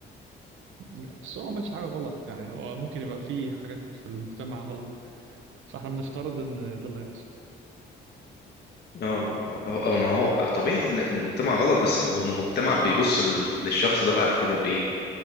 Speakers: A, on the right; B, on the left.
A: لا بس هو ما عملش حاجة غلط يعني هو ممكن يبقى فيه حاجات في المجتمع غلط فاحنا بنفترض ان ده اللي هيحصل
B: اه هو- هو- ما هو طبيعي ان المجتمع غلط بس هو المجتمع بيبص لل- للشخص ده بعد كده بايه